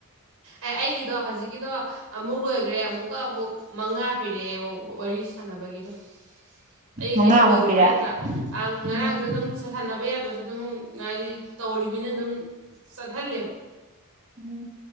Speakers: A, on the right (about 70°); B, on the right (about 35°).
A: ꯑꯦ ꯑꯩꯒꯤꯗꯣ ꯍꯧꯖꯤꯛꯀꯤꯗꯣ ꯑꯃꯨꯛ ꯂꯣꯏꯈ꯭ꯔꯦ ꯑꯃꯨꯛꯀ ꯑꯃꯨꯛ ꯃꯉꯥ ꯄꯤꯔꯛꯑꯦ ꯋꯥꯔꯤ ꯁꯥꯟꯅꯕꯒꯤꯗꯣ ꯑꯩ
B: ꯃꯉꯥꯃꯨꯛꯀꯤꯔ
A: ꯑꯩꯅ ꯂꯣꯏꯈ꯭ꯔꯦ ꯍꯥꯏꯒꯗ꯭ꯔꯥ ꯉꯔꯥꯡꯁꯨ
B: ꯎꯝ
A: ꯑꯗꯨꯝ ꯁꯥꯊꯅꯕ ꯌꯥ ꯑꯗꯨꯝ ꯉꯗꯤ ꯇꯧꯅꯤꯅ ꯑꯗꯨꯝ ꯁꯍꯜ
B: ꯎꯝ